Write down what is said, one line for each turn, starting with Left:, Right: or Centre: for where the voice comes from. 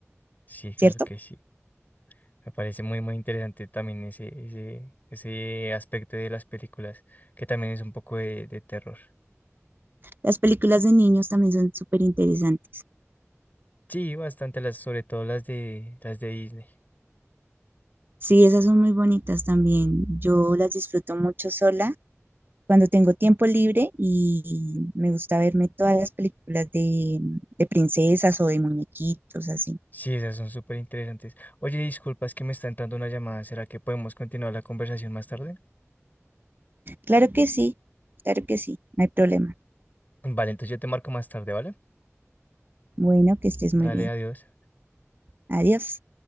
Left: Sí, claro
Right: ¿cierto?
Left: que sí. Me parece muy, muy interesante también ese, ese, ese aspecto de las películas, que también es un poco de, de terror.
Right: Las películas de niños también son súper interesantes.
Left: Sí, bastante las, sobre todo las de, las de Disney.
Right: Sí, esas son muy bonitas también. Yo las disfruto mucho sola cuando tengo tiempo libre y me gusta verme todas las películas de, de princesas o de muñequitos, así.
Left: Sí, esas son súper interesantes. Oye, disculpa, es que me está entrando una llamada. ¿Será que podemos continuar la conversación más tarde?
Right: Claro que sí, claro que sí, no hay problema.
Left: Vale, entonces yo te marco más tarde, ¿vale?
Right: Bueno, que estés
Left: Dale,
Right: muy bien.
Left: adiós.
Right: Adiós.